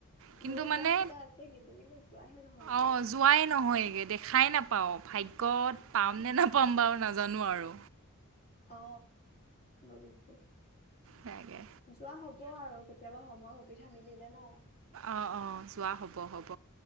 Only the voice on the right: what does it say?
কিন্তু
মানে
অ যোৱাই নহয়গে দেখাই নাপাও ভাগ্যত পামনে না পম্বাও নাজানো আৰু
তাকে
অঁ অঁ যোৱা হ'ব হ'ব